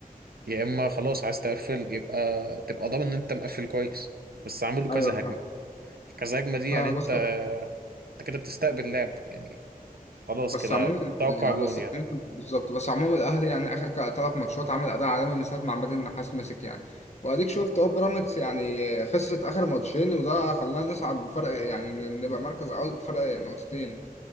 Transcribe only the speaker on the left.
ايوه فاهم
فاهم
بس
بس
عموما
يعني
بس
عموما- بالظبط بس عموما الاهلي يعني اخر ثلاث ماتشات عامل اداء عالمي من ساعة ما عماد النحاس مسك يعني واديك شفت اهو بيراميدز يعني خسرت اخر ماتشين وده خلاها نصعد بفرق يعني نبقى مركز اول بفرق نقطتين